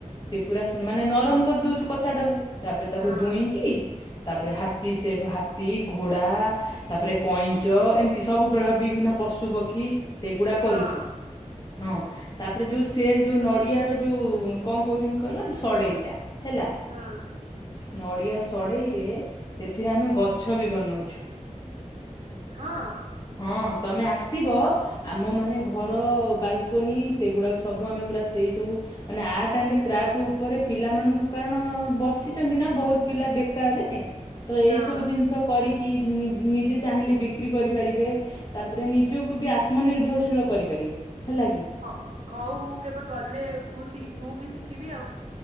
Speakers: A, on the left; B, on the right.
A: ସେ ପୁରା ମାନେ ନରମ କରିଦଉଛୁ କତାଟାକୁ ତାପରେ ତାକୁ
B: ହଁ
A: ଦୁଇଁକି। ତାପରେ ହାତୀ ସେପ ହାତୀ ଘୋଡା ତାପରେ କଇଁଚ ଏମ ସବୁ ପ୍ରକାର ବିଭିନ୍ନ ପଶୁ ପକ୍ଷୀ ସେଗୁଡା
B: ହଁ
A: କରୁଛୁ। ହଁ ତାପରେ ଯୋଉ ସେଲ ଯୋଉ ନଡିଆ ର ଯୋଉ କଣ କହୁଛନ୍ତି କହିଲ। ସଡେଇଟା ହେଲା।
B: ହଁ।
A: ନଡିଆ ସଡେଇରେ ସେଥିରେ ଆମେ ଗଛ ବି ବନଉଛୁ। ଫାଙ୍କା ଅଡ଼ିଓ।
B: ହଁ।
A: ହଁ ତମେ ଆସିବ ଆମ ମାନେ। ଘର ବାଲକୋନି ସେଗୁଡାକ ସବୁ ଆମେ ପୁରା ସେଇ ସବୁ ମାନେ ଆର୍ଟ ଆଣ୍ଡ କ୍ରାଫ୍ଟ ଉ ପରେ ପିଲାମାନଙ୍କୁ କାରଣ ବସିଛନ୍ତି ନା ବହୁତ ପିଲା ବେକାରରେ ତ
B: ହଁ
A: ଏଇ ସବୁ ଜିନି କରିକି ନି ନିଜେ ଚାହିଁଲେ ବିକ୍ରି କରିପାରିବେ। ତାପରେ ନିଜକୁ ବି ଆତ୍ମ ନିିର୍ଭରଶୀଳ କରିପାରିବେ ହେଲା କି।
B: ହ ହଉ ମୁଁ କେବେ ଗଲେ ମୁଁ ଶି ମୁଁ ବି ଶିଖିବି ଆଉ।